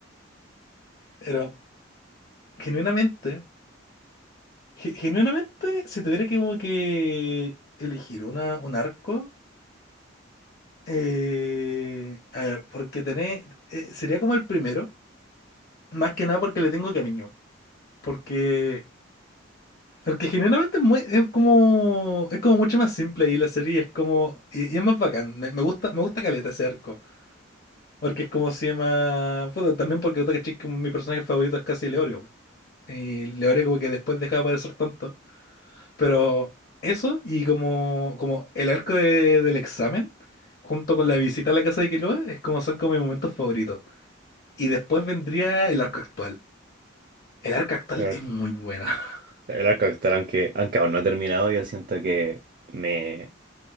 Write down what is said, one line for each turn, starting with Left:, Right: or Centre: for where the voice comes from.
Left: Pero, genuinamente, ge- genuinamente, si tuviera que como que elegir una, un arco, eh, a ver, porque tené, eh, sería como el primero, más que nada porque le tengo cariño, porque Porque generalmente es, muy- es como es como mucho más simple y la serie es como y, y es más bacán. Me, me gusta me gusta caleta ese arco, porque es como se llama, puta, también porque otra que como mi personaje favorito es casi Leorio. Y Leorio como que después dejaba de aparecer tanto, pero eso y como como el arco de- del examen junto con la visita a la casa de Killua es como son como mis momentos favoritos. Y después vendría el arco actual. El arco actual
Right: El, ar-
Left: es muy bueno. <laughs>
Right: el arco actoral, aunque, aunque aún no ha terminado, yo siento que me,